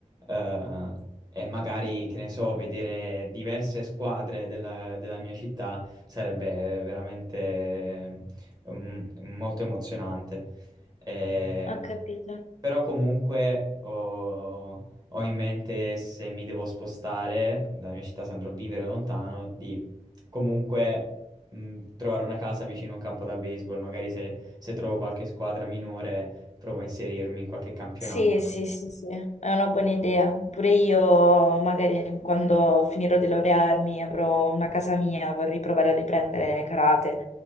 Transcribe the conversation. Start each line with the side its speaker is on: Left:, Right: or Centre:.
Right: eh, e magari, che ne so, vedere diverse squadre della, della mia città sarebbe eh, veramente mm, molto emozionante. Eh,
Left: Ho capito.
Right: però comunque ho, ho in mente, se mi devo spostare dalla mia città, se andrò a vivere lontano, di comunque mm, trovare una casa vicino a un campo da baseball. Magari se, se trovo qualche squadra minore, provo a inserirmi in qualche campionato.
Left: Sì, sì, sì, sì, è una buona idea. Pure io, magari quando finirò di laurearmi, avrò una casa mia, vorrei provare a riprendere karate